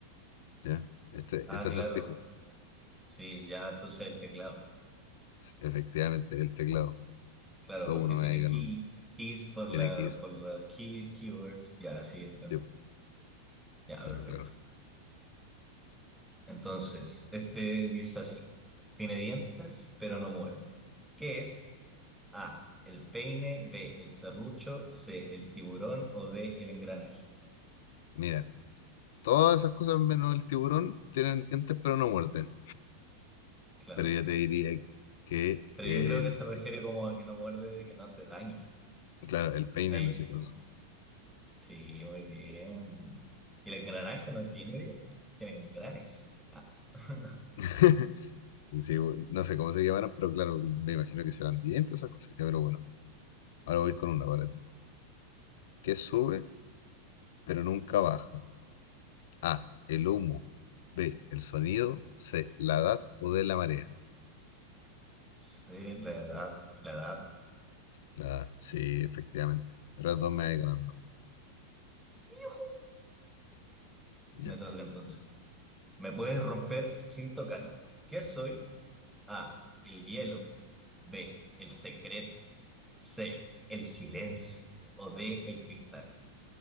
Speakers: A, on the left; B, in the centre.
A: ¿ya? Este,
B: Ah,
A: este acertijo.
B: claro, sí, ya entonces el teclado.
A: Efectivamente, el teclado.
B: Claro,
A: Todo
B: porque
A: uno me
B: tiene
A: va a ir ganando.
B: key, keys por
A: Tiene
B: la,
A: que ir.
B: por la key, keywords. Ya, sí, entiendo.
A: Sí, po,
B: Ya,
A: claro,
B: perfecto.
A: claro.
B: Entonces, este dice así: tiene dientes, pero no muerde. ¿Qué es? A, el peine, B, el serrucho, C, el tiburón o D, el engranaje.
A: Mira, Todas esas cosas menos el tiburón tienen dientes pero no muerden.
B: Claro.
A: Pero yo te diría que
B: Pero
A: el,
B: yo creo que se refiere
A: pe-
B: como a que no muerde, de que no hace daño.
A: claro, el peine
B: Ahí
A: en ese caso.
B: no. Sí, muy bien. Y el engranaje no tiene dientes, pues tienen granes. Ah. <laughs>
A: <laughs> Sí, bu- no sé cómo se llamarán, pero claro, me imagino que serán dientes esas cosas. Ya, pero bueno, ahora voy con una para ti. ¿Qué sube pero nunca baja? A, el humo. B, el sonido. C, la edad o de la marea.
B: Sí, la edad, la edad.
A: La A, sí, efectivamente. Tras dos me voy ganando.
B: ¡Yujú!
A: Ya.
B: Me toca entonces. Me puedes romper sin tocarme. ¿Qué soy? A. El hielo. B. El secreto. C. El silencio. O D. El cristal.